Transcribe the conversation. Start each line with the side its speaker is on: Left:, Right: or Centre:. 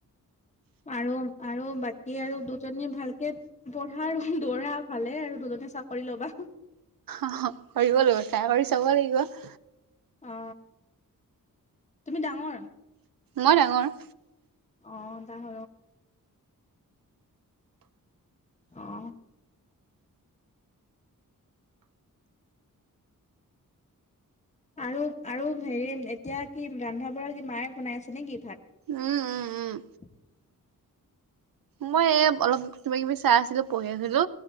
Left: আৰু আৰু বাকী আৰু দুজনী ভালকে পঢ়া আৰু দৌৰা ভালে আৰু দুজন মুহে চাকৰি ল'বা
Right: অ কৰিব লাগিব ট্ৰাই কৰি চাব লাগিব।
Left: অ তুমি ডাঙৰ
Right: মই ডাঙৰ
Left: অ ত হ আহ আৰু আৰু হেৰি এতিয়া কি ৰন্ধা বঢ়া কি মায়ে বনাই আছে নেকি ভাত
Right: উম উম উম।
Left: <inaudible>
Right: মই অলপ কিবা কিবি চাই আছিলো পঢ়ি আছিলো